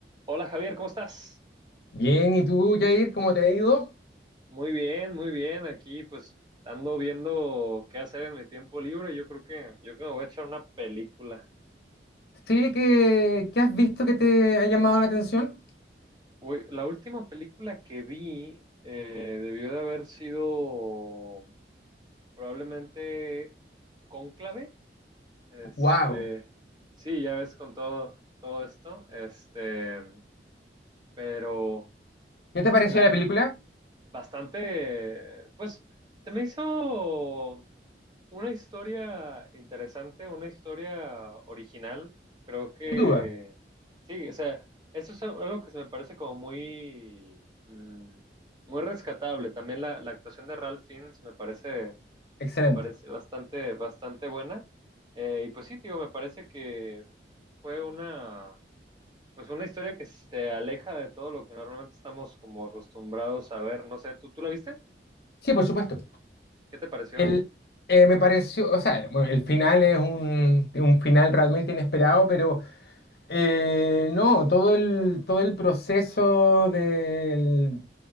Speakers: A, on the right (about 25°); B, on the left (about 65°).
A: Hola Javier, ¿cómo estás?
B: Bien, ¿y tú, Jair, cómo te ha ido?
A: Muy bien, muy bien. Aquí pues ando viendo qué hacer en mi tiempo libre. Yo creo que, yo creo que me voy a echar una película.
B: Sí, ¿qué, qué has visto que te ha llamado la atención?
A: Uy, la última película que vi eh, debió de haber sido probablemente Cónclave. Este,
B: ¡Wow!
A: sí, ya ves con todo, todo esto. Este, pero
B: ¿Qué te pareció
A: la
B: la película?
A: bastante, pues se me hizo Una historia interesante, una historia original, creo que
B: Sin duda,
A: sí, o sea, eso es algo que se me parece como muy, mm, muy rescatable. También la, la actuación de Ralph Fiennes me parece,
B: excelente.
A: me parece bastante, bastante buena. Eh, y pues sí, digo, me parece que fue una, pues una historia que se aleja de todo lo que normalmente estamos como acostumbrados a ver. No sé, ¿tú, tú la viste?
B: Sí, por supuesto.
A: ¿Qué te pareció?
B: El, eh, me pareció, o sea, el, bueno, el final es un, un final realmente inesperado, pero eh, no, todo el, todo el proceso del